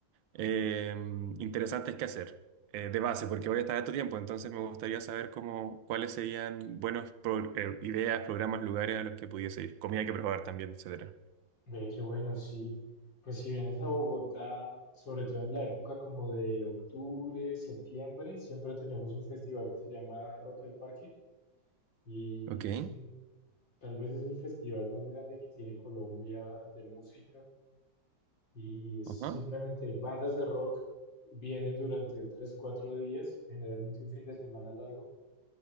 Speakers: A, on the right; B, on the left.
A: eh, interesantes que hacer eh, de base, porque voy a estar harto tiempo, entonces me gustaría saber cómo, cuáles serían buenas eh, ideas, programas, lugares a los que pudiese ir, comida que probar también, etcétera.
B: Ve que bueno, sí. Pues si vienes a Bogotá, sobre todo en la época como de octubre, septiembre, siempre tenemos un festival que se llama Rock al Parque y
A: Ok.
B: es un- tal vez es el festival más grande que tiene Colombia de música y es
A: Ajá,
B: simplemente bandas de rock vienen durante tres, cuatro días, generalmente un fin de semana largo